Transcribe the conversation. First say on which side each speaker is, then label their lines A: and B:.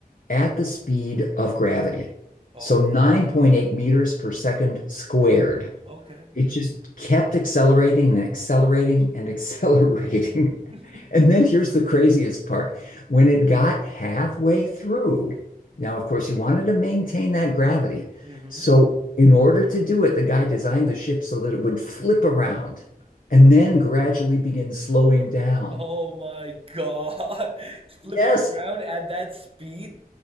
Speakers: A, on the left; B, on the right.
A: at the speed of gravity.
B: Oh,
A: So 9.8 meters per second squared
B: okay.
A: it just kept accelerating and accelerating and accelerating.
B: <laughs>
A: <laughs> And then here's the craziest part. When it got halfway through, now, of course, you wanted to maintain that gravity.
B: Mm-hmm.
A: So, in order to do it, the guy designed the ship so that it would flip around and then gradually begin slowing down.
B: Oh my God. <laughs> Flipping
A: Yes,
B: around at that speed?